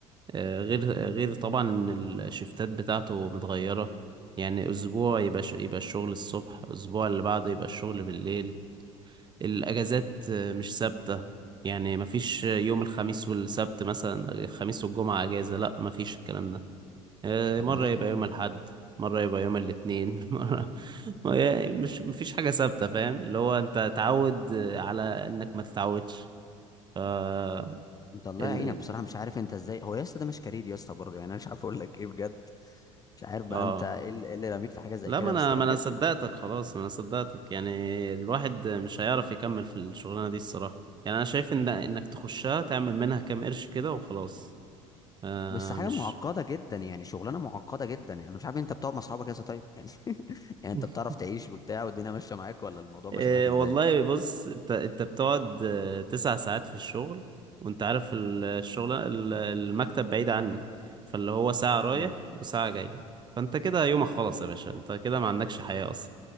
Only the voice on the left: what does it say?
طب
ما دي
حاجه
انت الله
يعينك
بصراحه مش عارف انت ازاي هو يا اسطى ده مش كارير يا اسطى برضه يعني انا مش عارف اقول لك ايه بجد مش عارف بقى
انت ايه اللي إيه اللي راميك في حاجه زي
كده
بس
ده بجد
بس حاجه
معقده جدا يعني شغلانه معقده جدا يعني انا مش عارف انت بتقعد مع اصحابك كده طيب يعني <laughs> يعني
انت بتعرف تعيش وبتاع والدنيا ماشيه معاك ولا الموضوع
ماشي معاك ازاي
امم